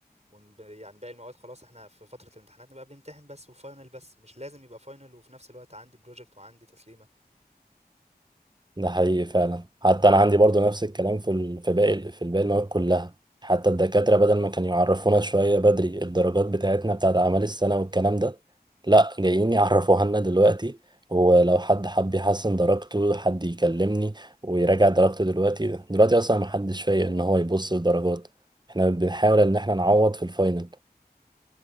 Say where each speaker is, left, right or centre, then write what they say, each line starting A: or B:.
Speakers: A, on the right (about 45°); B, on the right (about 25°).
A: ونب يعني باقي المواد خلاص إحنا في فترة الامتحانات نبقى بنمتحن بس وfinal بس، مش لازم يبقى final وفي نفس الوقت عندي project وعندي تسليمة.
B: ده حقيقي فعلا حتى انا عندي برضو نفس الكلام في ال... في باقي في باقي المواد كلها حتى الدكاتره بدل ما كانوا يعرفونا شويه بدري الدرجات بتاعتنا بتاعت اعمال السنه والكلام ده لا جايين يعرفوها لنا دلوقتي ولو حد حب يحسن درجته حد يكلمني ويراجع درجته دلوقتي دلوقتي اصلا ما حدش فايق ان هو يبص للدرجات احنا بنحاول ان احنا نعوض في الفاينل